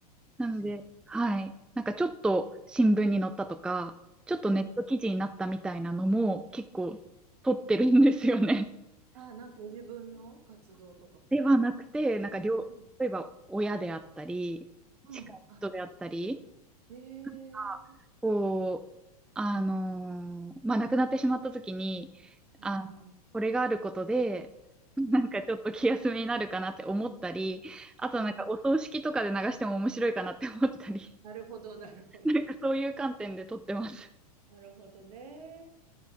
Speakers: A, in the centre; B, on the right.
A: なので、
B: 確かに。
A: はい。なんかちょっと新聞に載ったとか、ちょっとネット記事になったみたいなのも結構取ってるんですよね。
B: うん。あ、なんかご自分の活動とかは
A: ではなくて、なんか両、
B: うんうん
A: 例えば親であったり、
B: うん。
A: 近い人であったり
B: あ、ええ
A: が、こう、あのーまあ、亡くなってしまった時に、
B: うん、
A: あの、
B: う
A: これがあることで、なんかちょっと気休めになるかなって思ったり、
B: ん、
A: あとなんかお葬式とかで流しても面白いかなって思ったり、
B: うん。なるほど、なるほど。
A: <laughs> なんかそういう観点で撮ってます。
B: なるほどね。